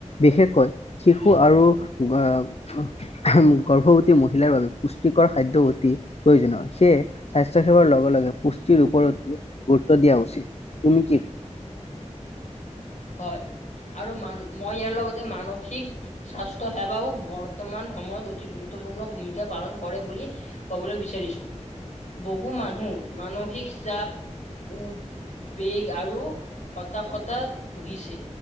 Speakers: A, on the left; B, on the left.
A: বিশেষকৈ শিশু আৰু আহ গৰ্ভৱতী মহিলাৰ বাবে পুষ্টিকৰ খাদ্য অতি প্ৰয়োজনীয় সেয়ে। স্বাস্থ্য সেৱাৰ লগে লগে পুষ্টিৰ ওপৰতো গুৰুত্ব দিয়া উচিত তুমি কি
B: হয় আৰু মান মই ইয়াৰ লগতে মানসিক স্বাস্থ্য সেৱাও বৰ্তমান সময়ত অতি গুৰুত্বপূৰ্ণ ভূমিকা পালন কৰে বুলি কবলৈ বিচাৰিছো বহু মানুহ মানসিক চাপ উ বেগ আৰু হতাশতাত ভুগিছে।